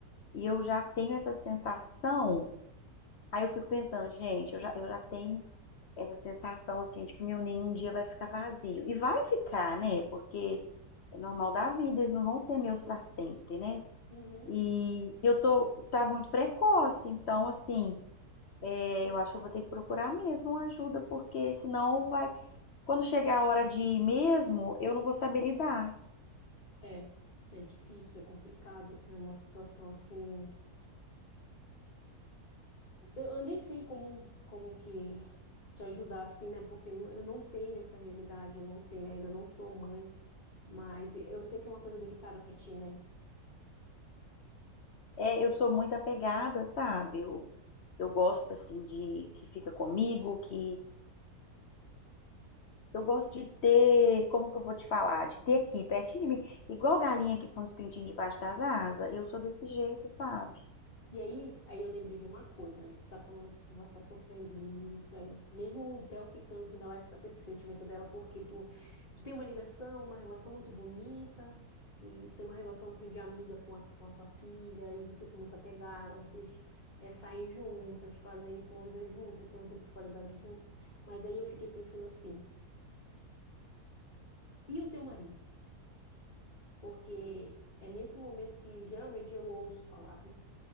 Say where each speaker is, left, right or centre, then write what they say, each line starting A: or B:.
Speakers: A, on the left; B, on the left.
A: E eu já tenho essa sensação. Aí eu fico pensando, gente, eu já, eu já tenho. essa sensação assim de que meu ninho um dia vai ficar vazio. E vai ficar, né? Porque é normal da vida, eles não vão ser meus para sempre, né?
B: Uhum.
A: E eu tô tá muito precoce, então assim, é, eu acho que eu vou ter que procurar mesmo uma ajuda, porque senão vai, quando chegar a hora de ir mesmo, eu não vou saber lidar.
B: É, é difícil, é complicado, é uma situação assim Eu eu nem sei como, como que te ajudar assim, né? Porque eu eu não tenho essa realidade, eu não tenho, ainda não sou mãe, mas eu sei que é uma coisa delicada pra ti, né?
A: É, eu sou muito apegada, sabe? Eu, eu gosto assim de que fica comigo, que Eu gosto de ter, como que eu vou te falar? De ter aqui, pertinho de mim. Igual galinha que põe os pintinhos debaixo das asas. Eu sou desse jeito, sabe?
B: E aí, aí eu lembrei de uma coisa, né? Que tu tá falando que tu vai tá sofrendo nisso aí. Mesmo o Theo ficando, tu ainda vai ficar com esse sentimento dela porque tu, tu tem uma ligação, uma relação muito bonita e tem uma relação assim de amiga com a, com a tua filha e vocês são muito apegadas, vocês eh, saem juntas, fazem coisas juntas, têm um tempo de qualidade juntas. Mas aí eu fiquei pensando assim, e o teu marido? Porque é nesse momento que geralmente eu ouço falar, né?